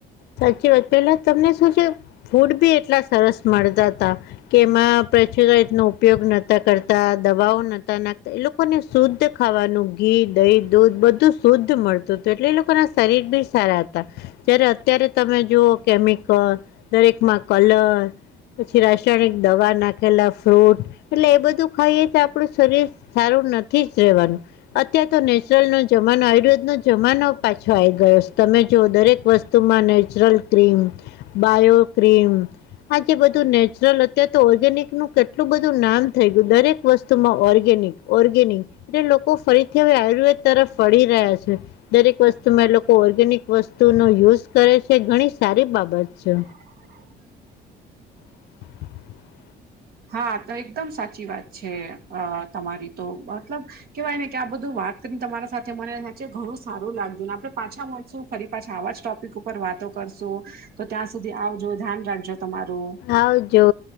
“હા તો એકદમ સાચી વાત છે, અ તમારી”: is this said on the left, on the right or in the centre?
Right